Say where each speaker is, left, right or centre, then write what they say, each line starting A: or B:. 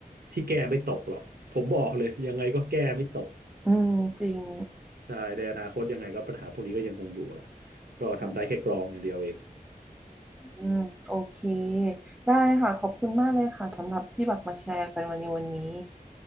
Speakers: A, on the right (about 80°); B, in the centre.
A: ที่แก้ไม่ตกหรอกผมบอกเลยยังไงก็แก้ไม่ตก
B: อืมจริง
A: ใช่ในอนาคตยังไงก็ปัญหาพวกนี้ก็ยังคงอยู่อะก็ทำได้แค่กรองอย่างเดียวเอง
B: ค่ะอืม โอเคได้ค่ะ ขอบคุณมากเลยค่ะสำหรับที่แบบมาแชร์กันวันนี้วันนี้